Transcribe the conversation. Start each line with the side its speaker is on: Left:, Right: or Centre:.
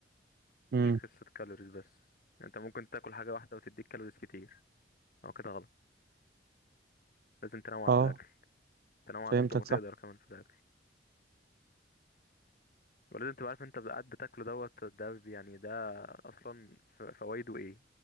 Left: مش
Right: امم
Left: قصة كالوريز بس انت ممكن تاكل حاجة واحدة وتديك كالوريز كتير او كده غلط لازم تنوع
Right: أه
Left: في الاكل تنوع على
Right: فهمتك
Left: قد ما تقدر
Right: صح
Left: كمان في الاكل ولازم تبقى عارف انت قاعد بتاكله دوت ده بي- يعني ده اصلا ف- فوايده ايه